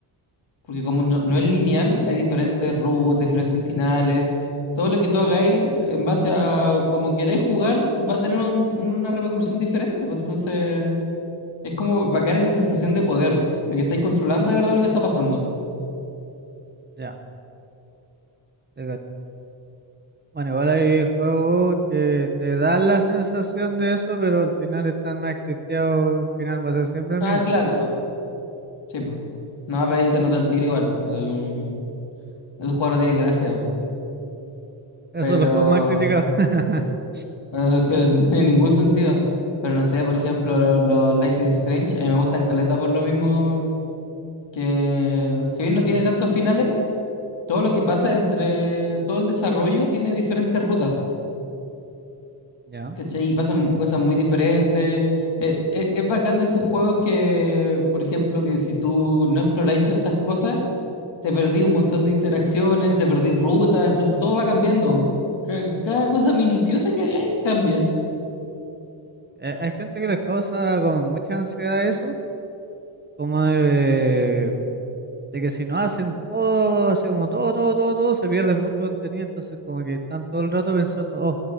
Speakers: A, on the left; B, on the right.
A: Porque como no, no es lineal, hay diferentes rutas, diferentes finales. Todo lo que tú hagáis en base a como queréis jugar va a tener un- una repercusión diferente. pues, Entonces... Es como bacán esa sensación de poder, de que estáis controlando de verdad lo que está pasando.
B: Ya, te cacho. Bueno, igual hay juegos que te dan la sensación de eso, pero al final están más criticados, el final va a ser siempre el
A: Ah,
B: mismo.
A: claro, sí, pues. No, pero ahí se nota el tiro igual, pues. eh, Esos juegos no tienen gracia, po.
B: Esos
A: Pero,
B: son los juegos más criticados. <laughs>
A: pero es que <laughs> no tiene ningún sentido. Pero no sé, por ejemplo, lo- los Life is Strange, a mí me gustan caleta por lo mismo que, si bien no tiene tantos finales, todo lo que pasa entre todo el desarrollo tiene diferentes rutas.
B: Ya.
A: ¿Cachai? Y pasan cosas muy diferentes. Eh, eh, es bacán de esos juegos que, por ejemplo, que si tú no exploráis ciertas cosas, te perdí un montón de interacciones, te perdí ruta, entonces todo va cambiando. Ca- cada cosa minuciosa que hagáis cambia.
B: Eh, Hay gente que les causa como mucha ansiedad eso, como de de que si no hacen todo, así como todo, todo, todo, todo, se pierde mucho contenido, entonces como que están todo el rato pensando, oh,